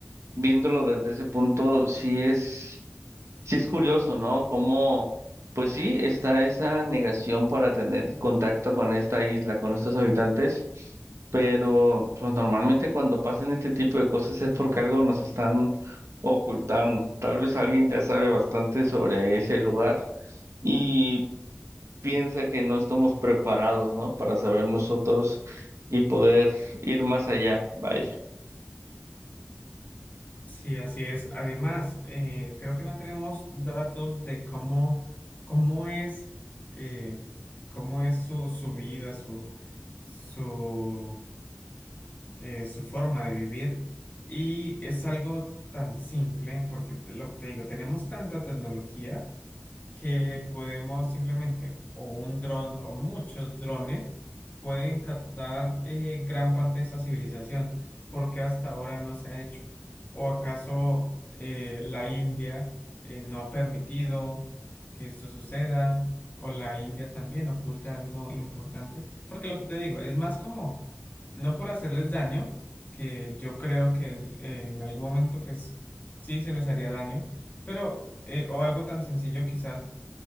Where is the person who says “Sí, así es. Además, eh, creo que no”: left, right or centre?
Left